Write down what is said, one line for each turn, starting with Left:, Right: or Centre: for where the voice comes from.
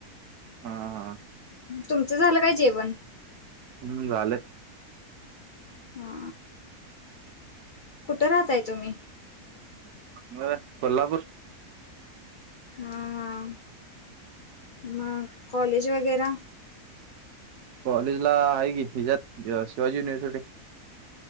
Right: हा हा,
Left: तुमचं झालं काय जेवण?
Right: हम्म झालं.
Left: हा. कुठं राहताय तुम्ही?
Right: म कोल्हापूर.
Left: हा हा, म कॉलेज वगैरा?
Right: कॉलेज ला आहे की हिज्यात अ शिवाजी युनिव्हसीटी.